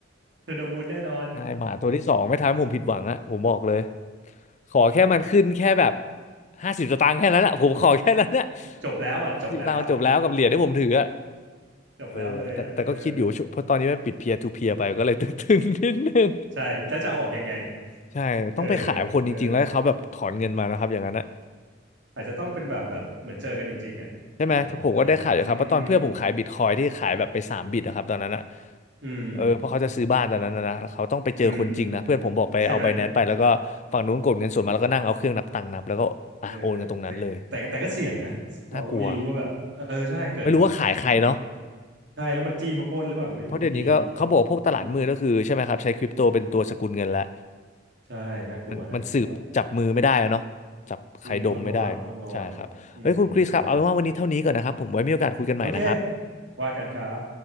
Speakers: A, on the right; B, on the left.
A: เทูดมูนแน่นอน
B: ใช่หมาตัวที่สองไม่ทำให้ผมผิดหวังอะผมบอกเลยขอแค่มันขึ้นแค่แบบห้าสิบสตางค์แค่นั้นอะผมขอแค่นั้นอะ
A: <laughs> จบแล้วอ่ะจบแล้ว
B: ห้าสิบสตางค์จบแล้วกับเหรียญที่ผมถืออะ
A: จบแล้วเลยอ่ะเออ
B: เออแต่แต่ก็คิดอยู่ช่วงเพราะตอนนี้มันปิดเพียร์ทูเพียร์ไปก็เลย <laughs> ตึงๆนิดนึง
A: ใช่แล้วจะเอาออกยังไง
B: ใช่ต้องไปขายคนจริงๆแล้วให้เขาแบบถอนเงินมานะครับอย่างนั้นนะ
A: เออเอออาจจะต้องเป็นแบบแบบเหมือนเจอกันจริงๆอ่ะ
B: ใช่ไหมถ้าผมก็ได้ขายอยู่ครับเพราะตอนเพื่อนผมขายบิตคอยที่ขายแบบไปสามบิตนะครับตอนนั้นนะ
A: เออ อะไรอย่างเงี้ยอืมอืม
B: เออเพราะเขาจะซื้อบ้านตอนนั้นนะนะแล้วเขาต้องไปเจอคนจริงนะเพื่อนผมบอกไปเอาไบแนนซ์ไปแล้วก็ฝั่งนู้นกดเงินส่วนมาแล้วก็นั่งเอาเครื่องนับตังค์นับแล้วก็อ่ะโอนกันตรงนั้นเลย
A: อืม อืมใช่ไหมเออ แต่แต่แต่ก็เสี่ยงนะ เราก็ไม่รู้ว่าแบบเออใช่เกิดแบบมาเป็น
B: น่ากลัวไม่รู้ว่าขายใครเนาะ
A: ใช่แล้วมาจี้มาปล้นหรือเปล่าก็ไม่รู้บางทีถ้าเราอืม
B: เพราะเดี๋ยวนี้ก็เขาบอกว่าพวกตลาดมืดก็คือใช่ไหมครับใช้คริปโตเป็นตัวสกุลเงินแล้ว
A: ใช่น่ากลัวน่ากลัว
B: มันมันสืบจับมือไม่ได้แล้วเนาะจับใครดมไม่ได้ใช่ครับเฮ้ยคุณคริสครับเอาเป็นว่าวันนี้เท่านี้ก่อนนะครับผมไว้มีโอกาสคุยกันใหม่นะครับ
A: อืมต้องระวัง ต้องระวังอืมอืมโอเคว่ากันครับ